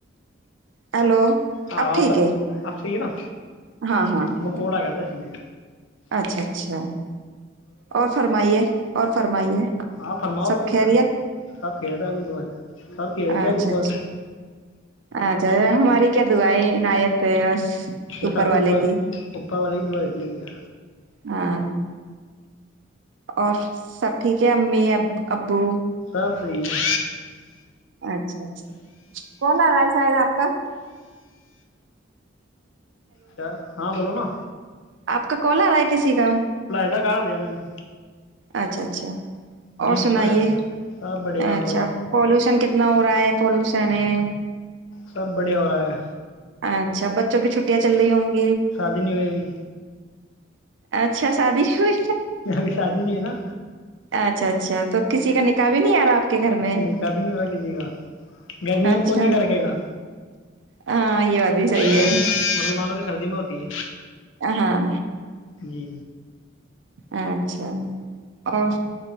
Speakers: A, on the right; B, on the left.
A: ہیلو
B: ہاں
A: اب
B: آ
A: ٹھیک ہے
B: آپ چیے نا
A: ہاں ہاں
B: وہ
A: ہاں
B: کو ل گا تھا اس لیے
A: اچھا اچھا اور فرمائیے اور فرمائیے
B: آپ فرماؤ
A: سب
B: تو
A: خیریت
B: کیا سب ک جتے اگ دبا سے سب ک
A: اچھا
B: جتے اگھی دبا
A: اچھا
B: سے
A: اچھا ہماری کیا دعائیں عناایت ہے بس
B: پ
A: اوپر
B: سات
A: والے
B: دا
A: کی
B: پپر والا ہی دو رٹی ہو گیا
A: ہاں اور سب ٹھیک ہے امی اب ابو
B: ک رہے
A: اچھا اچھا کون آ رہا ہے شاید آپ کا
B: کیا ہاں بولو نا
A: آ کا کالر آئے گا کسی کا
B: ا ک دیا میں نے
A: اچھا اچھا اور
B: بیچ
A: سنائیے
B: میں آ جاتا ہے سب بڑھیا ہو
A: اچھا
B: رہا
A: پالوشن کتنا ن ہوورا ہے پولوشن ہے
B: سب بڑھیا ہو رہا ہے
A: اچھا بچوں کی چھٹیاں چل رہی ہوں گی
B: شادی نہیں ہو ا بھی
A: اچھا شادی ہوئی
B: میں اب بھی شادی نہیں ہوئی نا
A: اچھا اچھا تو کسی کا نکح بھی نہیں ارا آپ کے گھر میں
B: نکا بھی نہیں ہوا کی جیے گا گرمی میں
A: اچھا
B: کون نکا رکھے گا
A: ہاں یہ بھی صحیح
B: مسلمانوں
A: ہے
B: کے سردی میں ہوتی ہے
A: ا ہاں
B: جی
A: اچھا اور